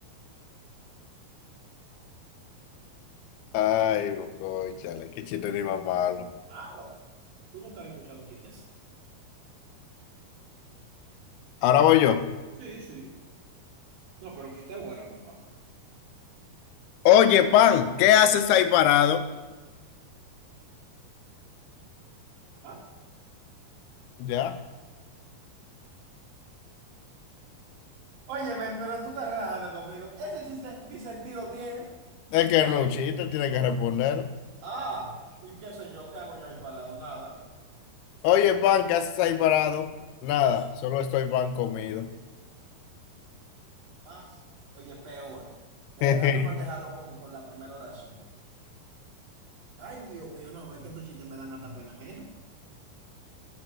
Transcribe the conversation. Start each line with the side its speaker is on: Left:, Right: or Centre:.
Left: Ay, cónchale, qué chiste ni más malo.
Right: Malo. Tú nunca habías escuchado un chiste así.
Left: Ahora voy yo.
Right: Sí, sí. No, pero un chiste bueno, por favor.
Left: Oye, pan, ¿qué haces ahí parado?
Right: ¿Ah?
Left: Ya.
Right: Óyeme, pero tú estás relajando conmigo. Ese chiste, mi sentido tiene.
Left: Es que no es un chiste, tiene que responder.
Right: Ah, y qué sé yo, ¿qué hago yo ahí parado? Nada.
Left: Oye, pan, ¿qué haces ahí parado? Nada,
Right: No sé,
Left: solo estoy pan comido.
Right: más. Oye, peor. Era
Left: <laughs>
Right: mejor dejarlo como con la primera oración. Ay, Dios mío, no, es que estos chistes me dan hasta pena ajena.